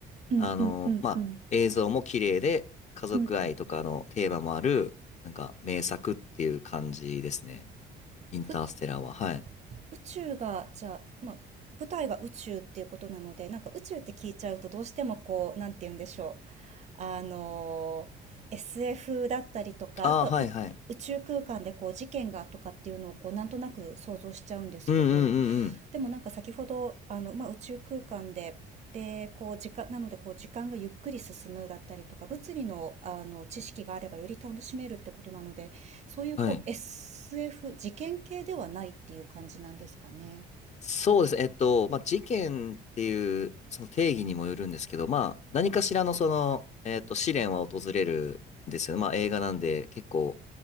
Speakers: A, on the right (about 40°); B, on the left (about 45°).
A: うんうんうんうん。
B: あの、まあ、映像も綺麗で、家族愛とかのテーマもある、
A: うんうん。
B: なんか名作っていう感じですね。インターステラーは。
A: 宇
B: はい。
A: 宇宙が、じゃあ、まあ、舞台が宇宙っていうことなので、なんか宇宙って聞いちゃうとどうしてもこう、なんて言うんでしょう。あの、SF だったりとか、
B: ああ、
A: あとはう宇宙空間でこう事件がとかっていうのをこうなんとなく想像しちゃうんですけど、
B: はいはい。うんうんうんうん。
A: でもなんか先ほど、あの、まあ、宇宙空間で、で、こう時間、なのでこう時間がゆっくり進むだったりとか、物理の、あの知識があればより楽しめるってことなので、そういうこう
B: はい。
A: SF、事件系ではないっていう感じなんですかね。
B: そうですね。えっと、まあ、事件っていうその定義にもよるんですけど、まあ、何かしらのその、えっと、試練は訪れるんですよね。まあ、映画なんで、結構、